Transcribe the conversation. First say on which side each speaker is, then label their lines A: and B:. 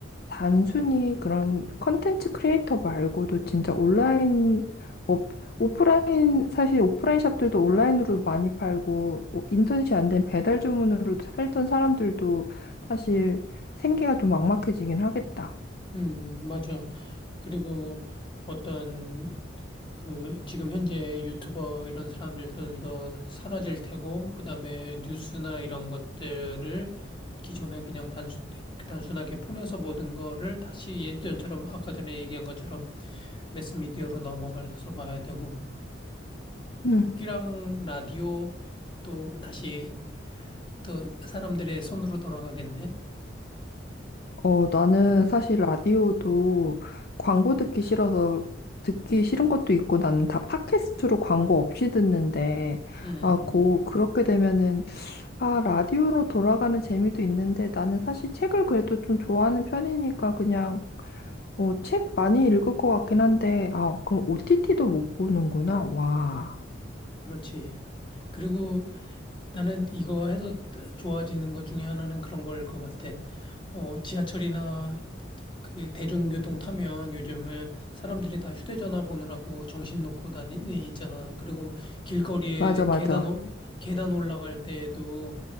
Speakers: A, on the left; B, on the left.
A: 단순히 그런 컨텐츠 크리에이터 말고도 진짜 온라인 업, 오프라인 사실 오프라인 샵들도 온라인으로 많이 팔고 오- 인터넷이 안 된 배달 주문으로 살던 사람들도 사실 생계가 좀 막막해지긴 하겠다.
B: 음, 음, 맞아. 그리고 어떤 그 지금 현재 유튜버 이런 사람들도 사라질 테고, 그다음에 뉴스나 이런 것들을 기존에 그냥 단순 단순하게 폰에서 보던 거를 다시 예전처럼 아까 전에 얘기한 것처럼 매스미디어로 넘어가서 봐야 되고,
A: 음.
B: 책이랑 라디오 또 다시 또 사람들의 손으로 돌아가겠네.
A: 어, 나는 사실 라디오도 광고 듣기 싫어서 듣기 싫은 것도 있고 나는 다 팟캐스트로 광고 없이 듣는데
B: 음,
A: 아, 고 그렇게 되면은 아, 라디오로 돌아가는 재미도 있는데 나는 사실 책을 그래도 좀 좋아하는 편이니까 그냥 어, 책 많이 읽을 것 같긴 한데 아, 그럼 OTT도 못 보는구나. 와.
B: 그렇지. 그리고 나는 이거 해서 좋아지는 것 중에 하나는 그런 걸 것 같아. 어, 지하철이나 그 대중교통 타면 요즘에 사람들이 다 휴대전화 보느라고 정신 놓고 다니 있잖아. 그리고 길거리에
A: 맞아, 맞아.
B: 계단 올- 계단 올라갈 때에도